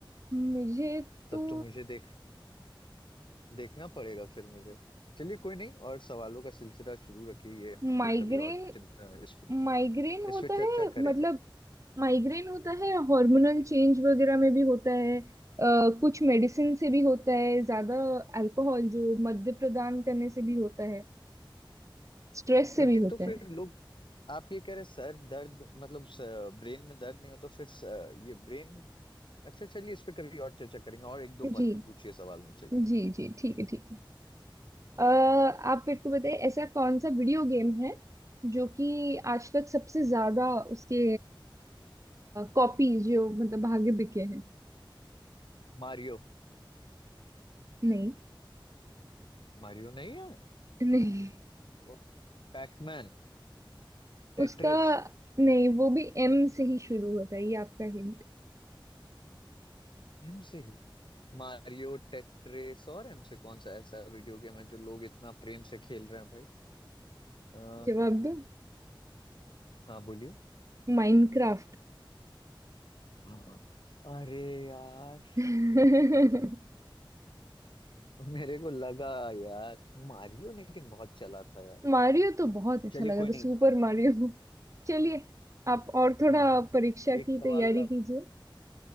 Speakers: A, on the right; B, on the left.
A: मुझे
B: तब
A: तो
B: तो मुझे देख देखना पड़ेगा फिर मुझे चलिए कोई नहीं और सवालों का सिलसिला शुरू रखिए ये हम
A: माइग्रेन
B: लोग कभी और चिंत- अ, इस पे
A: माइग्रेन
B: इस
A: होता
B: पे चर्चा
A: है
B: करेंगे
A: मतलब माइग्रेन होता है हार्मोनल चेंज वगैरह में भी होता है अ, कुछ मेडिसिन से भी होता है ज्यादा अल्कोहल जो मद्य प्रदान करने से भी होता है स्ट्रेस से
B: लेकिन
A: भी होता
B: तो फिर
A: है
B: लोग आप ये कह रहे सर दर्द मतलब ब्रेन में दर्द नहीं हो तो फिर स, ये ब्रेन अच्छा चलिए इस पे कभी और चर्चा करेंगे और एक दो प-
A: जी
B: पूछिए सवाल मुझसे
A: जी जी ठीक है ठीक है अ, आप मेरे को बताइए ऐसा कौन सा वीडियो गेम है जो कि आज तक सबसे ज्यादा उसके कॉपीज जो मतलब भागे बिके हैं
B: मारियो
A: नहीं
B: मारियो नहीं है
A: नहीं
B: ओ पैकमैन टेट्रिस
A: उसका नहीं वो भी एम से ही शुरू होता है ये आपका हिंट
B: एम से मारियो टेट्रिस और इनसे कौन सा ऐसा वीडियो गेम है जो लोग इतना प्रेम से खेल रहे हैं भाई आ,
A: जवाब दो
B: हाँ बोलिए
A: माइनक्राफ्ट
B: हाँ अरे यार
A: <laughs>
B: मेरे को लगा यार मारियो लेकिन बहुत चला था यार
A: मारियो तो बहुत अच्छा
B: चलिए
A: लगा
B: कोई
A: था
B: नहीं
A: सुपर मारियो <laughs> चलिए आप और थोड़ा
B: हाँ हाँ
A: परीक्षा की
B: एक सवाल
A: तैयारी
B: आप-
A: कीजिए